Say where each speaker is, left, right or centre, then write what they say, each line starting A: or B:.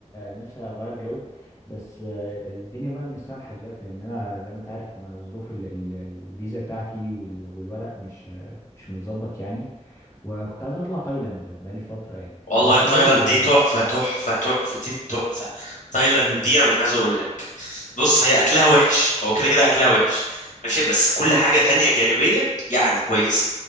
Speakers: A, on the left (about 25°); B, on the left (about 80°).
A: نفسي اغير جو بس آه، الدنيا بقى مش سامحة دلوقتي لأن أنا زي ما أنت عارف أنا ظروف ال- ال- الفيزا بتاعتي وال- والورق مش آه، مش متظبط يعني وكنت عايز أطلع تايلاند بقالي فترة يعني
B: والله
A: بس
B: تايلاند
A: قول لي يعني
B: دي تحفة تحفة تحفة التحفة تايلاند دي أنا مش عايز أقول لك بص هي أكلها وحش هو كده كده أكلها وحش ماشي بس كل حاجة تانية جانبية يعني كويسة